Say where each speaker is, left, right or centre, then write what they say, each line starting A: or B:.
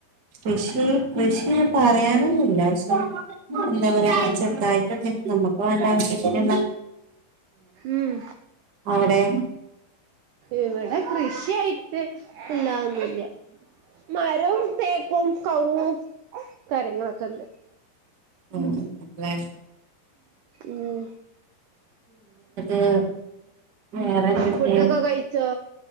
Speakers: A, on the right; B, on the right.
A: കൃഷി കൃഷി പറയാനൊന്നുമില്ല പക്ഷെ എന്താ പറയാ ആച്ച ഇതായിട്ടെ നമുക്ക് വേണ്ട ആവശ്യത്തിന്
B: ഉം
A: അവിടെ
B: എവിടെ കൃഷി യിട്ട് എല്ലാവന്നില്ല മരവും തേക്കും കവുങ്ങും കാര്യങ്ങളൊക്കെണ്ട്
A: ഉ അല്ലേ
B: ഉം
A: എ വേറെന്തക്കെ
B: ഫുഡൊക്കെ കഴിച്ചോ